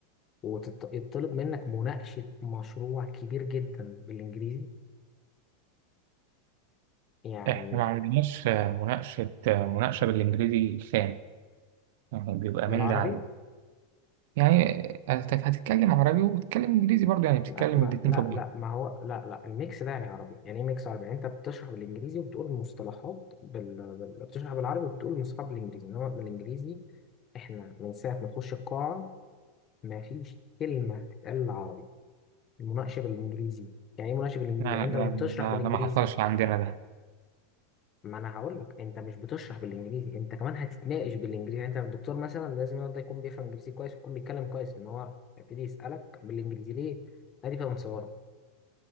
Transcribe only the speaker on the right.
احنا ما عندناش آه، مناقشة آه، مناقشة بالانجليزي خام يعني بيبقى
من ده على ده يعني هت- هتتكلم عربي وبتتكلم انجليزي برضه يعني بتتكلم
الاتنين
في بعض
لا
لا
ده
ده ما حصلش عندنا ده